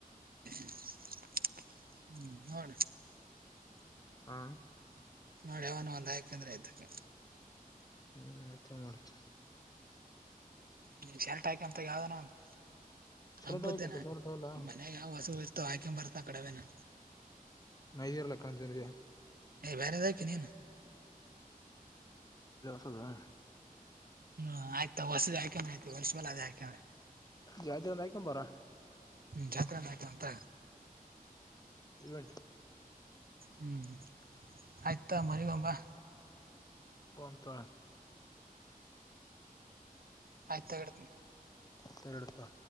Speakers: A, on the right; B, on the left.
A: ಹ್ಮ ಹ
B: ಹಾ
A: ನೋಡ ಅವನ ಒಂದು ಯಾಕಂದ್ರೆ ಇದ್ದಕ್ಕೆ
B: ಹ್ಮ್ ಮತ್ತೆ ಮಾಡತು
A: ನೀ ಶೆಲ್ಟ್ ಹಾಕಂತ ಯಾವ್ದಾನ ಒಂದು
B: ಶರ್ಟ್
A: ಹಬ್ಬದೇನಾ
B: ಹಾಕಂತ ಶರ್ಟ್ ಎಲ್ಲ
A: ಮನ್ಯಾಗ ಯಾವ ಹಸು ಇರ್ತ ಆಾ್ಕ ಬರ್ತನ ಕಡವೇನ
B: ಮೈದರ್ಲ್ಲಕ್ಕಣಂತನಿದೆ
A: ಏ ಬೇರೆದಕ ನೀನು
B: ಹತದಾ
A: ಹ್ಮ ಆಯ್ತಾ ಹೊಸದ ಆ್ಕ ಆಯ್ತು ವರ್ಷ ಬಲ್ಲ ಅದೆ ಆಕ
B: ಜಾತಿ ಒಂದ್ ಹಾಕೊಂಬಾರ
A: ಹ್ಮ ಜಾತ್ಾಕ ಅಂತ
B: ಇರುವಂಟು
A: ಹ್ಮ್ ಆಯ್ತಾ ಮರಿಗಂಬಾ
B: ಹ ತೋಳ
A: ಆಯ್ತ ತಗತ
B: ಉತ್ತರತ